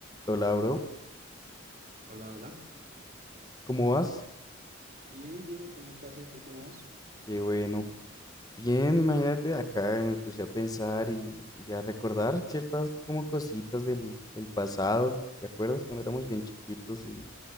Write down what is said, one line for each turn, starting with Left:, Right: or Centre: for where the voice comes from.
Left: Hola, bro.
Right: Hola, hola.
Left: ¿Cómo vas?
Right: Bien, bien aquí en la casa, ¿y tú cómo vas?
Left: Qué bueno. Bien, imagínate, acá me puse a pensar y, y a recordar ciertas como cositas del, del pasado. ¿Te acuerdas cuando éramos bien chiquitos y